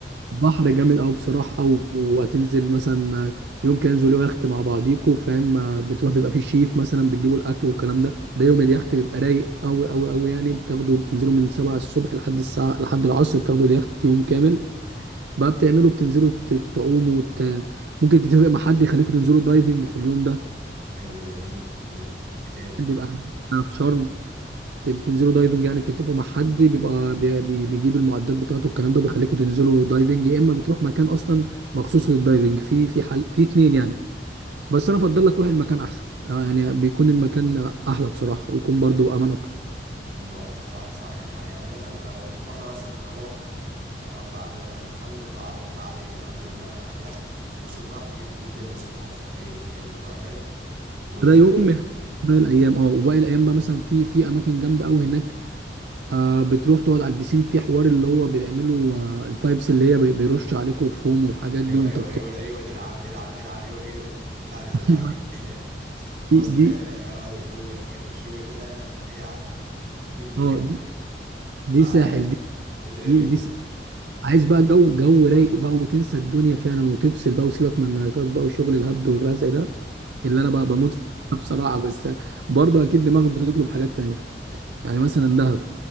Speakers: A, on the right; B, on the right.
A: بحر جامد قوي بصراحه او هتنزل مثلا يوم كده انزلوا يخت مع بعضيكوا فاهم بتروح بيبقى فيه شيف مثلا بتجيبوا الاكل والكلام ده ده يوم اليخت بيبقى رايق قوي قوي قوي يعني بتاخدوا بتنزلوا من 7 الصبح لحد الساعه لحد العصر بتاخدوا اليخت يوم كامل بقى بتعملوا بتنزلوا ت- تعوموا وت... ممكن تتفق مع حد يخليكوا تنزلوا دايفنج في اليوم ده
B: حلو ده جميل جميل ايه تاني
A: بيبقى هناك في شرم بتنزلوا دايفنج يعني بتتفقوا مع حد بيبقى بي- بي- بيجيب المعدات بتاعته الكلام ده بيخليكم تنزلوا دايفنج يا اما بتروح مكان اصلا مخصوص للدايفنج في في حل في اتنين يعني بس انا افضل لك روح المكان احسن آه، يعني بيكون المكان احلى بصراحه ويكون برضو امان اكتر
B: ما انا اكتر صح صح يعني يعني مثلا انا مره مثلا اروح اطلع اخد يخت انا واصحابي ونطلع ونطلع عادي نقضي يومنا على اليخت في في نص البحر جميل جدا ننزل نعوم في في اي في اي منطقه هناك و
A: ده يوم من باقي الايام اه وباقي الايام بقى مثلا في في اماكن جامده قوي هناك آه بتروح تقعد على البيسين في حوار اللي هو بيعملوا آه الفايبس اللي هي بي- بيرش عليكم فوم والحاجات
B: ايوه
A: دي وانت
B: ايوه
A: بت...
B: ايوه ايوه دي العب العب العب ايوه كده دلعني دلعني
A: <laughs>
B: <laughs> الوصل
A: دي
B: دي
A: دي
B: رايقه رايقه قوي قوي الفوم والحاجات والشغل ده لا لا اي يا عم اديني اديني
A: اه
B: الحاجات
A: دي
B: دي
A: دي
B: معاك
A: ساحل دي
B: ايه تاني
A: دي دي عايز بقى جو جو رايق بقى وتنسى الدنيا فعلا وتفصل بقى وسيبك من النايتات بقى وشغل الهبد والرزع ده اللي انا بقى بموت فيه بصراحه بس برضه اكيد دماغك بتطلب حاجات تانية يعني مثلا دهب